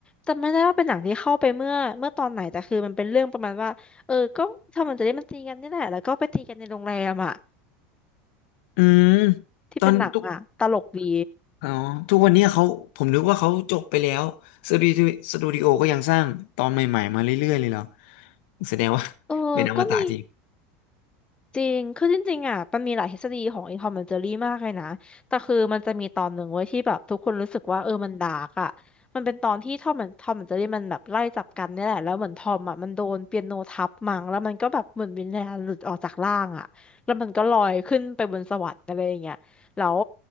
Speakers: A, on the left; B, on the left.
A: จำไม่ได้ว่าเป็นหนังที่เข้าไปเมื่อเมื่อตอนไหนแต่คือมันเป็นเรื่องประมาณว่าเออก็ทอมแอนด์เจอรี่มันตีกันนี่แหละแล้วก็ไปตีกันในโรงแรมอะ
B: อืม
A: ที่เป็นหนังอะตลกดี
B: ตอนทุก อ๋อทุกวันเนี้ยเขาผมนึกว่าเขาจบไปแล้วสตูดิโอสตูดิโอก็ยังสร้างตอนใหม่ๆมาเรื่อยๆเลยเหรอแสดงว่า
A: เออก็มี
B: <laughs> เป็นอมตะจริง
A: จริงคือจริงๆอ่ะมันมีหลายทฤษฎีของ i n c o อมเมนเจอรี่มากเลยนะ แต่คือมันจะมีตอนหนึ่งไว้ยที่แบบทุกคนรู้สึกว่าเออมันดาร์กอ่ะมันเป็นตอนที่ทอมมันทอมแอนเจอรี่มันแบบไล่จับกันเนี่ยแหละแล้วเหมือนทอมอ่ะมันโดนเปียโนทับมั้งแล้วมันก็แบบเหมือนวิญญาณหลุดออกจากร่างอ่ะแล้วมันก็ลอยขึ้นไปบนสวรรค์อะไรอย่างเงี้ย แล้ว